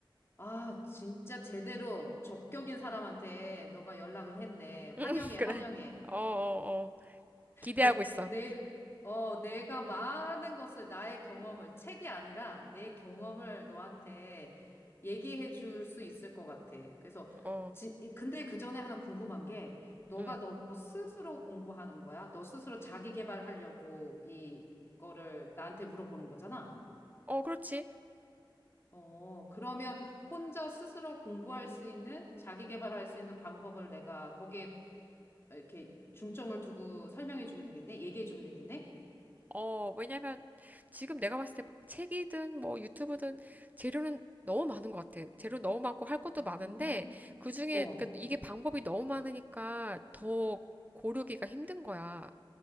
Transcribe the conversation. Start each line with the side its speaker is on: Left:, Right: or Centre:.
Left: 아, 진짜 제대로 적격인 사람한테 너가 연락을 했네. 환영해,
Right: <laughs> 그래.
Left: 환영해.
Right: 어, 어, 어. 기대하고
Left: 내,
Right: 있어.
Left: 내, 어, 내가 많은 것을, 나의 경험을, 책이 아니라 내 경험을 너한테 얘기해 줄 수 있을 것 같아. 그래서,
Right: 어.
Left: 지, 이- 근데 그 전에 하나 궁금한 게, 너가
Right: 응,
Left: 너 스스로 공부하는 거야? 너 스스로 자기 개발하려고 이거를 나한테 물어보는 거잖아?
Right: 어, 그렇지.
Left: 어, 그러면 혼자 스스로 공부할 수 있는, 자기 개발할 수 있는 방법을 내가 거기에 이렇게 중점을 두고 설명해 주면 되겠네? 얘기해 주면 되겠네?
Right: 어, 왜냐면 지금 내가 봤을 때 막 책이든 뭐 유튜브든 재료는 너무 많은 것 같아. 재료 너무 많고 할 것도
Left: 오.
Right: 많은데 그중에
Left: 어.
Right: 그러니까 이게 방법이 너무 많으니까 더 고르기가 힘든 거야.